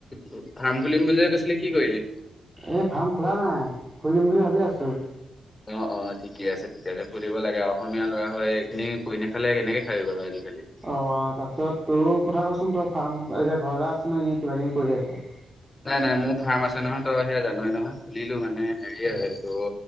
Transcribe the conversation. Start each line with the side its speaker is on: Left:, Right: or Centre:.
Left: ফাৰ্ম খুলিম বুলি যে কৈছিলি কি কৰিলি?
Right: এই ফাৰ্ম খোলা নাই, খুলিম বুলি ভাবি আছোঁ।
Left: অ', অ' ঠিকে আছে ঠিকে আছে খুলিব লাগে অসমীয়া ল'ৰা হৈ নিজে কৰি নাখালে কেনেকে খাবি বাৰু আজিকালি।
Right: অ', তাৰপিছত তোৰ কথা কচোন? তই ফাৰ্ম এতিয়া ঘৰতে আছ নে? এনে কিবা-কিবি কৰি আছ?
Left: নাই নাই, মোৰ ফাৰ্ম আছে নহয় তই সেয়া জানই নহয়, খুলিলো মানে হেৰি আহে তোৰ